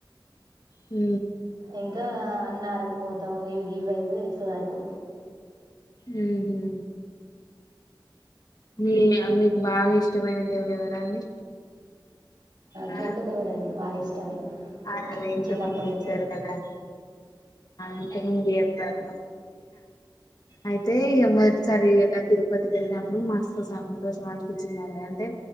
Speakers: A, on the left (about 50°); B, on the right (about 65°).
A: ఉ
B: ఇంకా అన్నవరం పోతాం ఇవి ఇవి అయితే తెలుసు నాకు
A: ఉహూ మీ అమ్మి బాగా ఇష్టమైన దేవుడు ఎవరండీ ఆ
B: తురుకు దేవుడు అండి బాగా ఇష్టమైంది
A: అదే అదే ఇంత
B: చిన్నప్పటి
A: ముందు
B: నుంచి
A: చెప్పారు కదా ఇంత ముంది చెప్పారు అయితే మొదటిసారి ఇలా తిరుపతికి వెళ్ళినప్పుడు మస్తు సంతోషం అనిపించిందిండి అంటే